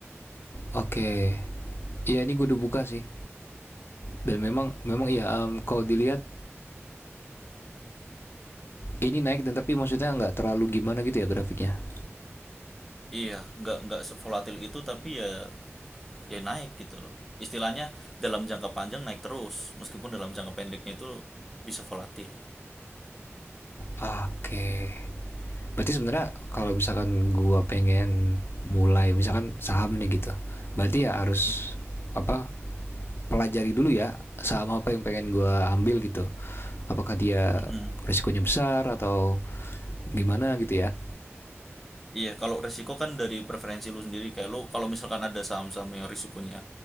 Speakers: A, on the left; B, in the centre.
A: Oke. Iya, ini gua udah buka sih. Dan memang memang iya em, kalau dilihat Ini naik dan tapi maksudnya nggak terlalu gimana gitu ya grafiknya.
B: Iya, nggak nggak sevolatil itu tapi ya ya naik gitu loh. Istilahnya dalam jangka panjang naik terus, meskipun dalam jangka pendeknya itu bisa volatil.
A: Oke. Berarti sebenarnya kalau misalkan gua pengen mulai misalkan saham nih gitu. Berarti ya harus
B: Iya.
A: apa pelajari dulu ya saham apa yang pengen gua ambil gitu. Apakah dia
B: Mm-mm.
A: risikonya besar atau gimana gitu ya.
B: Iya, kalau resiko kan dari preferensi lu sendiri. Kayak lu kalau misalkan ada saham-saham yang risikonya